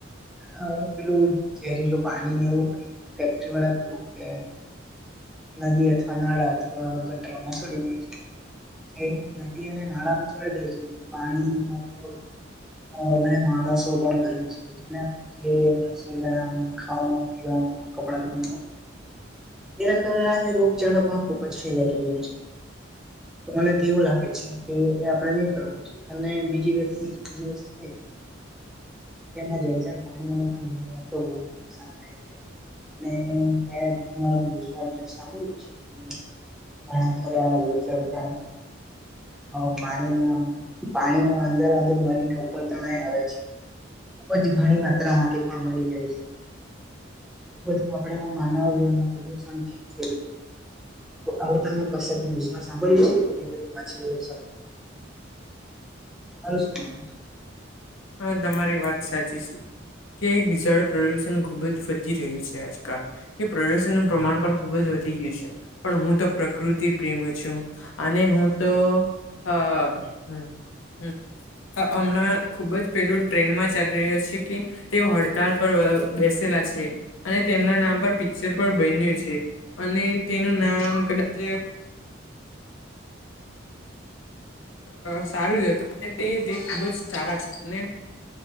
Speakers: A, in the centre; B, on the left (about 90°).
A: હ પેલું ઝેરીલું પાણી વું હોય ફેક્ટરી વાળાવું કે નદી અથવા નાળા અથવા ગટરોમાં છોડી દે છે. જે નદી અને નાળામાં જોડી દે છે તે પાણીનોો ઉપયોગ હ ભ માણસ કોણ કરી છે. જે રસોઈ બનાવા ખાવા પીવાનું કપડા ધનું એના કારણે આજે રોગચાળો પણ ખુબ જ ફેલાઈ રહ્યો છે. તો મને તો એવું લાગે છે કે એ આપડે નહી કરવું. અને બીજી વસ્તી બીજી વસ્તુ કેમાં જળ જર પાણીને પણણી વા તો બહ નુકસાન થાય. મે ઘણી વારઝ સાંભળ્યું છે કે હ ખરાજ ચાલ ટ હ પાણીમાં પાણીમાં અંદર અંદર મરીને ઉપર તણય આવે છે. જ ઘણી માત્રામાંથી મારી જાય છે બું આપણે માનવ જીવન પ્રદુષણ ઠ આવું તમે કક ન્યઝ સાંભળ્યું છે ઘણી બધી માછલી તારું શું માનવું?
B: હા તમારી વાત સાચી છે. કે જળ પ્રદુષણ ખુબ જ વધી રહ્યું છે આજકાલ. એ પ્રદૂષણ ન પ્રમાણ પણ ખુબ જ વધી ગય છે. પણ હું તો પ્રકૃતિ પ્રેમી છું અને હું તો અ હ હ હમણાં ખુબ જ પેલું ટ્રેન માં ચાલી રહ્યો છે કે તેઓ હડતાળ પર બેસેલા છે. અને તેમના નામ પર પિક્ચર પણ બન્યું છે. અને તેનું નામ કદાચ અ સારું હતું તે તે ખુબ જ સારા છે ને